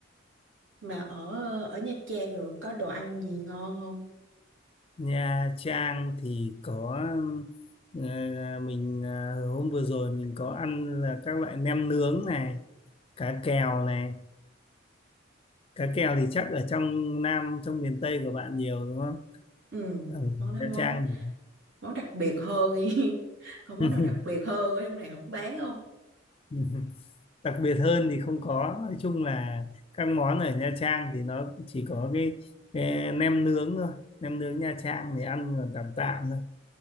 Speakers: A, on the right; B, on the left.
A: mà ở ở Nha Trang rồi có đồ ăn gì ngon không
B: Nha Trang thì có ờ, mình ờ, hôm vừa rồi mình có ăn là các loại nem nướng này cá kèo này cá kèo thì chắc ở trong Nam trong miền Tây của bạn nhiều đúng không
A: ừ
B: ở
A: món đó
B: Nha
A: món
B: Trang
A: món đặc biệt hơn đi <laughs> còn món
B: thì-
A: nào đặc biệt hơn ở trong này không bán không
B: <laughs> đặc biệt hơn thì không có nói chung là các món ở Nha Trang thì nó chỉ có cái, cái nem nướng thôi nem nướng Nha Trang thì ăn còn tạm tạm thôi